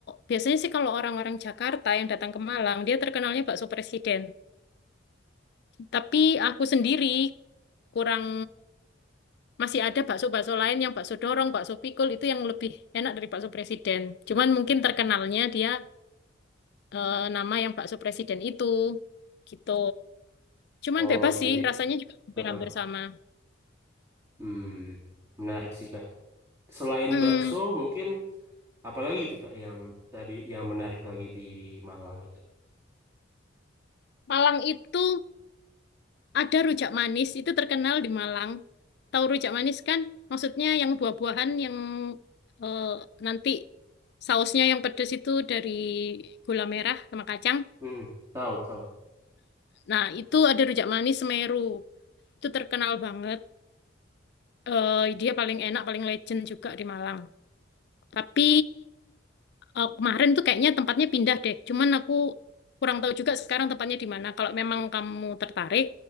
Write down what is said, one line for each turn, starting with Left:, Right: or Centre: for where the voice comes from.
Left: biasanya sih kalau orang-orang Jakarta yang datang ke Malang, dia terkenalnya bakso presiden. Tapi aku sendiri kurang masih ada bakso-bakso lain yang bakso dorong, bakso pikul itu yang lebih enak dari bakso presiden. Cuman mungkin terkenalnya dia eh, nama yang bakso presiden itu gitu. Cuman
Right: oh
Left: bebas sih,
Right: jadi
Left: rasanya juga hampir-hampir
Right: heeh.
Left: sama.
Right: hmm, menarik sih kak selain
Left: Hmm,
Right: bakso mungkin apalagi itu kak yang lebih yang menarik lagi di Malang itu
Left: Malang itu Ada rujak manis itu terkenal di Malang. Tahu rujak manis kan? Maksudnya yang buah-buahan yang eh, nanti sausnya yang pedas itu dari gula merah sama kacang.
Right: hmm, tahu tahu
Left: Nah, itu ada rujak manis Semeru. Itu terkenal banget. Eh, dia paling enak, paling legend juga di Malang. Tapi eh, kemarin tuh kayaknya tempatnya pindah deh. Cuman aku kurang tahu juga sekarang tempatnya di mana. Kalau memang kamu tertarik,